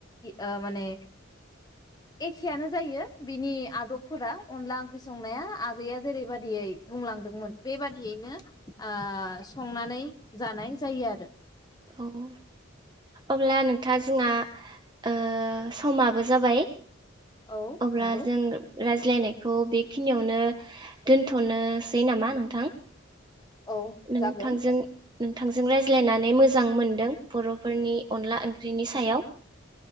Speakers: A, on the left; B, on the right.
A: ए माने एखेयानो जायो बिनि आदबफोरा अनला ओंख्रि संनाया आगैया जेरैबादियै बुंलांदोंमोन बेबादियैनो ओ संनानै जानाय जायो आरो
B: औ अब्ला नोंथाङा जोंहा ओ समाबो जाबाय
A: औ
B: अब्ला
A: नंगौ
B: जों रायज्लायनायखौ बेखिनियावनो दोनथ'नोसै नामा नोंथां
A: औ
B: नोंथांजों
A: जागोन
B: नोंथांजों रायज्लायनानै मोजां मोनदों बर'फोरनि अनला ओंख्रिनि सायाव